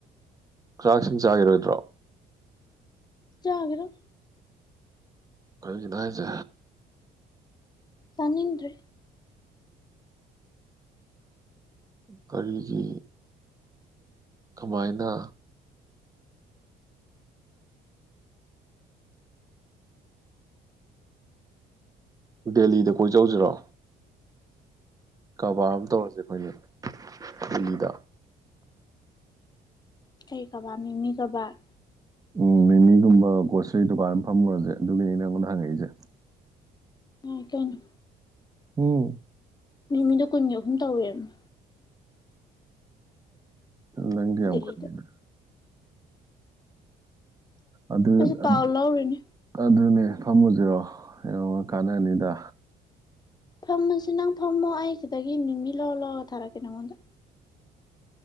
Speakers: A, on the right (about 20°); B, on the left (about 25°).
A: ꯆꯥꯛꯏꯁꯤꯡ ꯆꯥꯒꯤꯔꯣꯏꯗ꯭ꯔꯣ
B: ꯆꯥꯒꯤꯔꯣꯏ
A: ꯀꯔꯤꯒꯤꯅꯣ ꯍꯥꯏꯖꯦ
B: ꯇꯅꯤꯡꯗ꯭ꯔꯦ
A: ꯀꯔꯤꯒꯤ ꯀꯃꯥꯏꯅ ꯗꯦꯂꯤꯗ ꯀꯣꯏ ꯆꯧꯖꯤꯔꯣ ꯀꯕꯥꯔ ꯑꯃ ꯇꯧꯔꯖꯦ ꯑꯩꯈꯣꯏ ꯑꯅꯤ ꯗꯦꯂꯤꯗ
B: ꯀꯩ ꯀꯥꯕꯔ ꯃꯤꯃꯤ ꯀꯥꯕꯔ
A: ꯎꯝ ꯃꯤꯃꯤꯒꯨꯝꯕ ꯒꯣꯁꯔꯤ ꯗꯨꯀꯥꯟ ꯑꯃ ꯐꯝꯃꯨꯔꯖꯦ ꯑꯗꯨꯒꯤꯅꯤꯅ ꯅꯉꯣꯟꯗ ꯍꯪꯉꯛꯏꯖꯦ
B: ꯌꯥꯏ ꯀꯩꯅꯣ
A: ꯎꯝ
B: ꯃꯤꯃꯤꯗꯣ ꯀꯨꯟꯒꯤ ꯑꯍꯨꯝ ꯇꯧꯋꯦꯕꯅꯤ
A: ꯅꯪꯗꯤ ꯌꯥꯝ
B: ꯗꯦꯜꯂꯤꯗ
A: <unintelligible> ꯈꯠꯅꯤꯅ ꯑꯗꯨ <unintelligible>
B: ꯑꯩꯁꯨ ꯄꯥꯎ ꯂꯧꯔꯤꯅꯦ
A: ꯑꯗꯨꯅꯦ ꯐꯝꯃꯨꯖꯤꯔꯣ ꯌꯥꯝ ꯀꯥꯟꯅꯅꯤꯗ
B: ꯐꯝꯃꯁꯨ ꯅꯪ ꯐꯝꯃꯣ ꯑꯩ ꯁꯤꯗꯒꯤ ꯃꯤꯃꯤ ꯂꯧꯔ ꯂꯧꯔꯒ ꯊꯥꯔꯛꯀꯦ ꯅꯪꯉꯣꯟꯗ